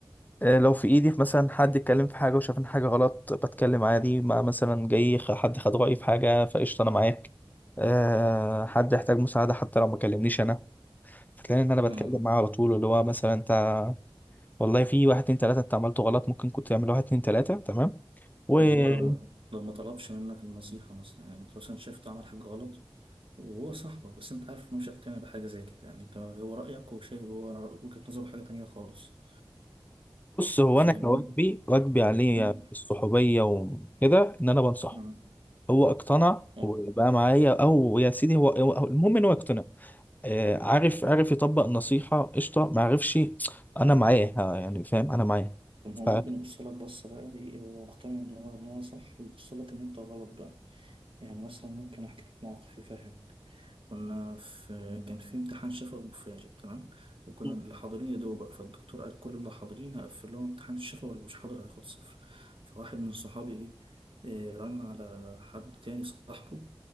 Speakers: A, on the left; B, on the right.
A: آه، لو في ايدي مثلا حد اتكلم في حاجة وشاف ان حاجة غلط بتكلم عادي ما مثلا جاي خ- حد خد رأيي في حاجة فقشطة انا معاك آه حد يحتاج مساعدة حتى لو ما كلمنيش انا هتلاقي ان انا بتكلم
B: مم.
A: معاه على طول اللي هو مثلا انت والله في واحد اتنين تلاته انت عملته غلط ممكن كنت تعمل واحد اتنين تلاته تمام وبص
B: طب هو لو ما لو ما طلبش منك النصيحة مثلا يعني انت مثلا شايف عمل حاجة غلط وهو صاحبك بس انت عارف انه مش هيقتنع بحاجة زي كده يعني انت هو رأيك وشايف هو وجهة نظره حاجة تانية خالص
A: هو
B: فاهمني؟
A: انا كواجبي واجبي عليه
B: مم.
A: الصحوبيه وكده ان انا بنصحه
B: مم.
A: هو اقتنع
B: اه
A: وبقى معايا او يا سيدي هو هو- المهم ان هو اقتنع آه، عارف عارف يطبق النصيحه قشطه ما عرفش انا معاه ها، يعني فاهم انا معاه
B: طب هو
A: ف...
B: ممكن يبص لك بصة بقى ايه هو مقتنع ان هو ان هو صح ويبص لك ان انت غلط بقى يعني مثلا ممكن احكي لك موقف يفهمك كنا في كان في امتحان شفوي مفاجئ تمام وكنا
A: مم.
B: اللي حاضرين يا دوبك فالدكتور قال كل اللي حاضرين هقفل لهم امتحان الشفوي واللي مش حاضر هياخد صفر فواحد من صحابي ايه آه، رن على حد تاني صاحبه